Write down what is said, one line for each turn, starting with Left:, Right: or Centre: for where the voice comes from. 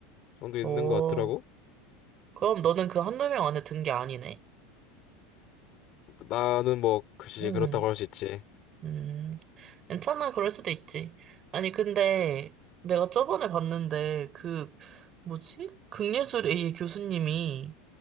Left: 정도 있는
Right: 오.
Left: 것 같더라고.
Right: 그럼 너는 그 한두 명 안에 든 게 아니네?
Left: 나는 뭐 글쎄
Right: 음,
Left: 그렇다고 할 수 있지.
Right: 음, 괜찮아, 그럴 수도 있지. 아니, 근데 내가 저번에 봤는데, 그, 뭐지? 극예술 A의 교수님이